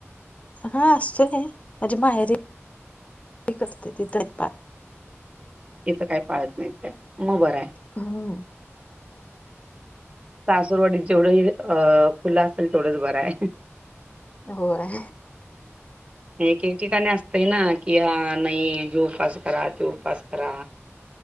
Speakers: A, on the left; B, on the right.
A: हा असतो की, माझे माझी माहेरी <unintelligible> ति करतात.
B: इथं काय पाळत नाहीत काय म बरय
A: हम्म
B: सासूरवाडीत जेवढं ये, अ खुल असेल तेवढंच बर आय
A: होय.
B: एक एक ठिकाणी असतय ना की हा नाही ह्यो उपास करा. त्यो उपास करा